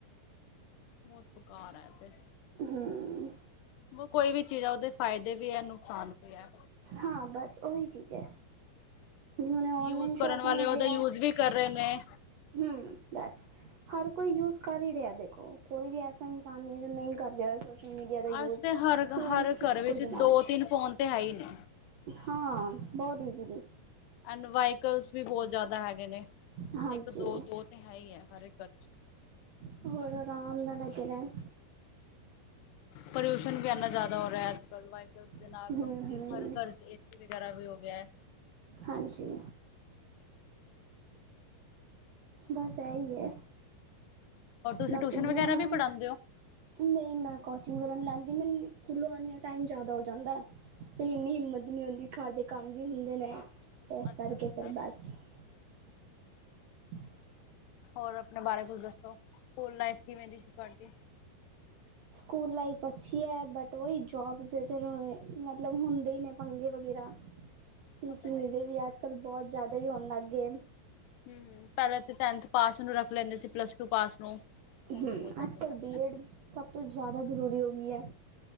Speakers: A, on the left; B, on the right.
A: ਬੋਤ ਬਕਾਰ ਐ ਤੇ।
B: ਹੂੰ।
A: ਵ ਕੋਈ ਵੀ ਚੀਜ਼ ਐ ਉਦੇ ਫਾਇਦੇ ਵੀ ਐ, ਨੁਕਸਾਨ ਵੀ ਐ।
B: ਹਾਂ, ਬਸ ਉਹੀ ਚੀਜ਼ ਐ। ਜਿਵੇਂ ਹੁਣ ਐ ਔਨਲਾਈਨ
A: ਯੂਜ
B: ਸ਼ੋਪਿੰਗ
A: ਕਰਨ ਵਾਲੇ
B: ਵਗੈਰਾ
A: ਉਹਦਾ ਯੂਜ
B: ਐ
A: ਵੀ ਕਰ ਰਏ ਨੇ।
B: ਹੂੰ, ਬਸ ਹਰ ਕੋਈ ਯੂਜ ਕਰ ਈ ਰਿਆ ਦੇਖੋ, ਕੋਈ ਵੀ ਐਸਾ ਇਨਸਾਨ ਨੀ ਐ ਜੋ ਨਈ ਕਰ ਰਿਆ ਸੋਸਲ ਮੀਡੀਆ ਦਾ ਯੂਜ਼
A: ਅੱਜ ਤੇ ਹਰ
B: ਫੋਨ
A: ਹਰ
B: ਕਿਸੇ
A: ਘਰ ਵਿੱਚ
B: ਕੋਲ ਵੀ ਨਾ
A: ਦੋ
B: ਹੋਏ।
A: ਤਿੰਨ ਫੋਨ ਤੇ ਹੈ ਹੀ ਨੇ
B: ਹਾਂ, ਬੋਤ ਇੱਜੀਲੀ।
A: ਐਂਡ ਵਾਈਕਲਸ ਵੀ ਬੋਤ ਜਾਦਾ ਹੈਗੇ ਨੇ
B: ਹਾਂਜੀ
A: ਏਕ-ਦੋ, ਦੋ ਤੇ ਹੈ ਈ ਐ ਹਰ ਏਕ ਘਰ ਚ।
B: ਫੇਰ ਆਰਾਮ ਨਾਲ ਲੱਗੇ ਰੈਂਨ।
A: ਪੋਲਿਊਸ਼ਨ ਵੀ ਇੰਨਾ ਜ਼ਿਆਦਾ ਹੋ ਰਿਹਾ ਅੱਜ-ਕੱਲ ਵ ਉਸਦੇ ਨਾਲ
B: ਹਮ
A: ਲੋਕੀ
B: ਹਮ
A: ਹਰ ਘਰ ਚ ਏਸੀ ਵਗੈਰਾ ਵੀ ਹੋ ਗਿਆ ਐ।
B: ਹਾਂਜੀ। ਬਸ ਏਹੀ ਐ।
A: ਔਰ ਤੁਸੀਂ
B: ਬਾਕੀ
A: ਟਿਊਸ਼ਨ
B: ਜਿਵੇਂ
A: ਵਗੈਰਾ
B: ਹੁਣ
A: ਵੀ ਪੜ੍ਹਾਉਂਦੇ ਹੋ
B: ਨਹੀਂ ਮੈਂ ਕੋਚਿੰਗ ਕਰਨ ਵਗੈਰਾ ਨੀਂ ਲਾਂਦੀ ਮੈਨੂੰ ਸਕੂਲੋਂ ਆਉਣੀ ਆ ਟਾਈਮ ਜਿਆਦਾ ਹੋ ਜਾਂਦਾ ਹੈ। ਫਿਰ ਇੰਨੀ ਹਿੰਮਤ ਨੀ ਹੁੰਦੀ ਘਰ ਦੇ ਕੰਮ ਵੀ ਹੁੰਦੇ ਨੇ। ਤੇ ਇਸ
A: ਅੱਛਾ-ਅੱਛਾ।
B: ਕਰਕੇ ਫਿਰ ਬਸ <inaudible> <unintelligible>
A: ਹੋਰ ਆਪਣੇ ਬਾਰੇ ਕੁਛ ਦੱਸੋ, ਸਕੂਲ ਲਾਈਫ ਕਿਵੇਂ ਦੀ ਸੀ ਤੁਹਾਡੀ।
B: ਸਕੂਲ ਲਾਈਫ ਅੱਛੀ ਹੈ ਬਟ ਓਹੀ ਜੋਬਸ ਮਤਲਬ ਹੁੰਦੇ ਹੀ ਨੇ ਪੰਗੇ ਵਗੈਰਾ, ਟੀਚਿੰਗ
A: ਉਹ ਤਾਂ ਹੈ ਹੀ।
B: ਦੇ ਵੀ ਅੱਜ-ਕੱਲ ਬਹੁਤ ਜਿਆਦਾ ਹੀ ਹੋਣ ਲੱਗ ਗਏ।
A: ਹੂੰ-ਹੂੰ ਪਹਿਲਾਂ ਤਾ ਟੈਨਥ ਪਾਸ ਨੂੰ ਰੱਖ ਲੈਂਦੇ ਸੀ ਪਲੱਸ ਟੂ ਪਾਸ ਨੂੰ। ਹੁਣ
B: ਹੂੰ
A: ਤੇ ਬਹੁਤ ਟੈਨਥ
B: ਅੱਜ-ਕੱਲ
A: ਆ ਗਏ
B: ਬੀਐਡ
A: ਨਾ।
B: ਸਭ ਤੋਂ ਜ਼ਿਆਦਾ ਜ਼ਰੂਰੀ ਹੋ ਗਈ ਹੈ।